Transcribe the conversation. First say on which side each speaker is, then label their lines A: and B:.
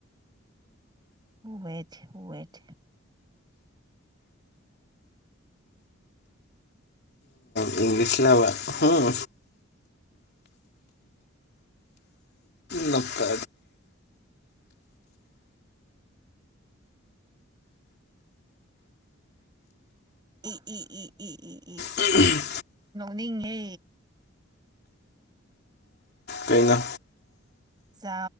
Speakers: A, on the right; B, on the left.
A: ꯍꯋꯦꯠ ꯍꯋꯦꯠ
B: ꯎ ꯏꯪꯂꯤꯁ ꯂꯕ ꯎꯝ ꯅꯇ
A: ꯎ ꯎ ꯎ ꯎ ꯎ ꯎ
B: ꯎꯝ
A: ꯅꯤꯉꯦ
B: ꯀꯩꯩꯅ
A: ꯆ